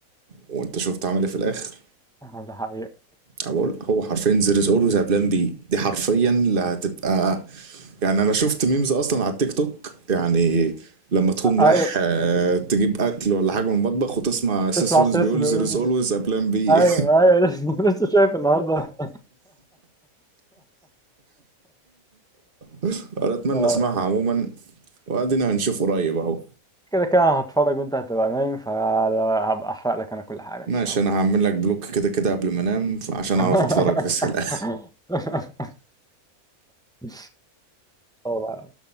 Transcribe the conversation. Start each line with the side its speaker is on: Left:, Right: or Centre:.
Right: وانت شفت عمل ايه في الاخر
Centre: آه، ده حقيقة
Right: أنا بقول هو حرفيا there is always a plan B دي حرفيا اللي هتبقى يعني انا شفت ميمز اصلا على التيك توك يعني لما تكون
Centre: ايوه
Right: رايح آه، تجيب اكل ولا حاجه من المطبخ وتسمع سيس
Centre: تسمع
Right: رولينز
Centre: سيس
Right: بيقول
Centre: بيقول
Right: there is always
Centre: لس-
Right: a plan B
Centre: ايوه ايوه لسه لسه شايف النهارده
Right: <laughs> انا اتمنى
Centre: <laughs>
Right: اسمعها عموما وادينا هنشوف قريب اهو
Centre: كده كده أنا هتفرج وانت هتبقى نايم فهبقى احرق لك انا كل حاجة ان
Right: ماشي
Centre: شاء الله
Right: انا هعمل لك بلوك كده كده قبل ما انام عشان
Centre: <laughs>
Right: اعرف اتفرج بس الان
Centre: <laughs> إن شاء الله.